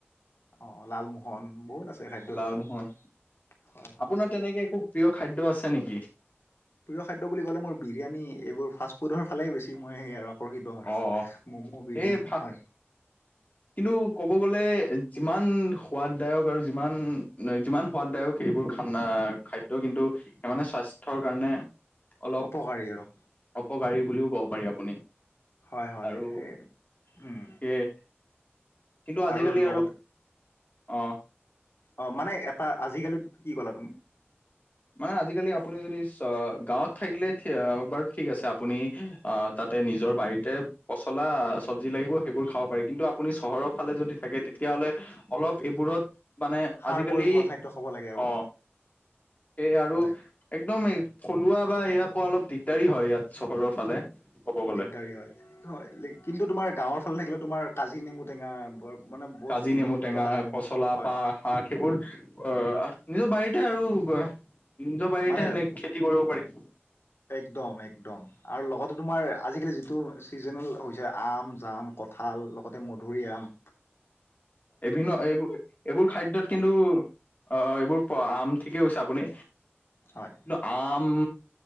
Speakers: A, on the left; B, on the left.
A: অ' লালমোহন বহুত আছে। খাদ্যৰ
B: লালমোহন
A: ভিতৰত হয় হয়
B: আপোনাৰ তেনেকে একো প্ৰিয় খাদ্য আছে নেকি?
A: প্ৰিয় খাদ্য বুলি ক'লে মোৰ বিৰিয়ানী এইবোৰ ফাৰ্ষ্টফুডৰ ফালেই বেছি মই সেই আৰু আকৰ্ষিত আৰু
B: অ
A: মম', বিৰিয়ানী
B: এই ফা
A: হয়।
B: কিন্তু ক'ব গ'লে। যিমান সোৱাদদায়ক আৰু যিমান যিমান সোৱাদদায়ক এইবোৰ খানা খাদ্য কিন্তু তাৰ মানে স্বাস্থ্যৰ কাৰণে অলপ
A: অপকাৰী আৰু
B: অপকাৰী বুলিও ক'ব পাৰি, আপুনি।
A: হয়, হয়,
B: আৰু
A: সেই উম।
B: সেয়ে কিন্তু আজিকালি
A: আৰু লগতে
B: অ
A: অ' মানে এটা আজিকালিত কি ক'লা তুমি।
B: মানে আজিকালি আপুনি যদি গাঁৱত থাকিলে বাৰু ঠিক আছে, আপুনি তাত নিজৰ বাৰীতে পচলা চব্জি লাগিব সেইবোৰ খাব পাৰি কিন্তু আপুনি চহৰৰ ফালে যদি থাকে তেতিয়া তেতিলে অলপ এইবোৰত মানে
A: সাৰ
B: আজিকালি
A: প্ৰয়োগ হোৱা খাদ্য খাব লাগে আৰু
B: অ এই আৰু
A: হয়
B: একদম থলুৱা বা এয়া পোৱা অলপ দিগদাৰি হয় ইয়াত চহৰৰ ফালে ক'ব গ'লে
A: দিগদাৰী হয় হয় কিন্তু তোমাৰ গাঁৱৰ ফালে থাকিলে তোমাৰ কাজি নেমু টেঙা বৰ মানে বহুত
B: কাজি
A: গোন্ধযুক্ত
B: নেমু টেঙা
A: কাজি নেমু
B: পচলা
A: হয়
B: পাহ শাক সেইবোৰ আহ নিজৰ বাৰীতে আৰু নিজৰ বাৰীতে
A: মানে
B: এনে খেতি কৰিব পাৰি
A: একদম একদম আৰু লগতে তোমাৰ আজিকালি যিটো চিজনেল হৈছে আম জাম কঁঠাল লগতে মধুৰিআম।
B: বিভিন্ন এইবোৰ এইবোৰ খাদ্যত কিন্তু অ' এইবোৰ প আম ঠিকে কৈছে, আপুনি
A: হয়
B: কিন্তু আম